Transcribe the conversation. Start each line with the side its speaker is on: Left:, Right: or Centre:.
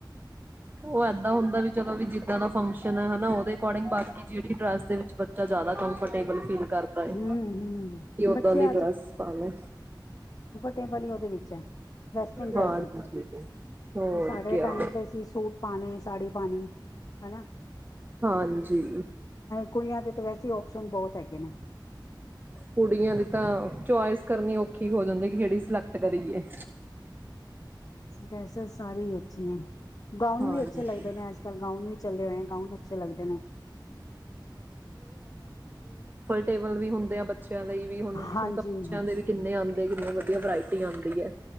Right: ਉਹ ਏਦਾਂ ਹੁੰਦਾ ਵੀ ਚਲੋ ਵੀ ਜਿਦਾਂ ਦਾ ਫੰਕਸ਼ਨ ਹੈ ਹੈਨਾ ਓਦੇ ਐਕਾਰਡਿੰਗ ਬਾਕੀ ਜਿਹੜੀ ਡਰੈਸ ਦੇ ਵਿਚ ਬੱਚਾ ਜਿਆਦਾ ਕੰਫਰਟੇਬਲ ਫੀਲ ਕਰਦਾ ਹੈ, ਕਿ
Left: ਹਮ ਹਮ
Right: ਉਦਾਂ
Left: ਬੱਚੇ
Right: ਦੀ ਡਰੈਸ ਪਾ ਲੋ।
Left: ਟੇਬਲ ਹੀ ਉਹਦੇ ਵਿੱਚ ਹੈ। ਵੈਸਟਰਨ ਡ੍ਰੈਸ
Right: ਹਾਂਜੀ
Left: ਵਿੱਚ,
Right: ਹੋਰ
Left: ਸਾਡੇ
Right: ਕਿਆ
Left: ਟਾਈਮ ਤੇ ਅਸੀਂ ਸੂਟ ਪਾਣੇ, ਸਾੜੀ ਪਾਣੀ ਹੈਨਾ।
Right: ਹਾਂਜੀ
Left: ਕੁੜੀਆਂ ਦੇ ਤੇ ਵੈਸੇ ਆਪਸ਼ਨ ਬਹੁਤ ਹੈਗੇ ਨੇ।
Right: ਕੁੜੀਆਂ ਦੀ ਤਾਂ ਚੁਆਇਸ ਕਰਨੀ ਔਖੀ ਕੀ ਹੋ ਜਾਂਦਾ ਹੈ ਕਿ ਕਿਹੜੀ ਸਿਲੈਕਟ ਕਰੀਏ।
Left: ਡਰੈੱਸਸ ਸਾਰੀ ਹੀ ਅੱਛੀਆਂ ਗਾਊਨ
Right: ਹਾਂਜੀ
Left: ਵੀ ਅੱਛੇ ਲੱਗਦੇ ਨੇ ਅੱਜ ਕੱਲ੍ਹ ਗਾਊਨ ਵੀ ਚੱਲਦੇ ਹੋਏ ਹੈ ਗਾਊਨ ਅੱਛੇ ਲੱਗਦੇ ਨੇ।
Right: ਟੇਬਲ ਵੀ ਹੁੰਦੇ ਆ ਬੱਚਿਆਂ ਦੇ ਵੀ ਹੁਨ
Left: ਹਾਂਜੀ ਹਾਂ
Right: ਕਿੰਨੇ ਆਉਂਦੇ ਕਿੰਨੇ ਵਧੀਆ ਵਰਾਈਟੀ ਆਉਂਦੀ ਹੈ।